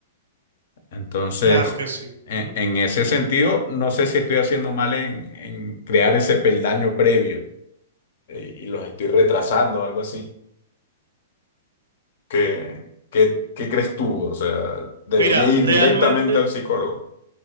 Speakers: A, on the left; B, on the right.
A: Entonces,
B: Claro que sí.
A: en,
B: Ujú.
A: en ese sentido, no sé si estoy haciendo mal en, en crear ese peldaño previo eh, y los estoy retrasando algo así. ¿Qué, qué, qué crees tú? O sea, debería
B: Mira,
A: ir
B: realmente,
A: directamente al psicólogo,